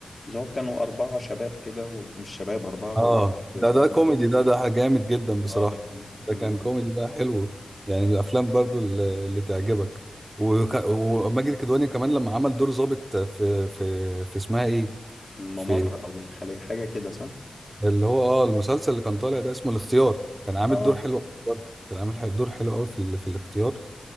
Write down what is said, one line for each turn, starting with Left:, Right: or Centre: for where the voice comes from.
Left: اللي هو كانوا أربعة شباب كده ومش شباب أربعة
Right: اه
Left: وجيز
Right: ده
Left: اللي
Right: ده
Left: هم
Right: كوميدي ده ده جامد جدا بصراحة
Left: اه ده
Right: ده
Left: مم.
Right: كان كوميدي بقى حلو يعني من الافلام برضو اللي, اللي تعجبك وك- وماجد الكدواني كمان لما عمل دور ضابط في في في اسمها ايه
Left: في الممر
Right: في
Left: أو الخلية حاجة كده صح؟
Right: اللي هو اه المسلسل اللي كان طالع ده اسمه الاختيار كان عامل
Left: اه
Right: دور حلو أوي برضو كان عامل حل- دور حلو قوي في ال- في الاختيار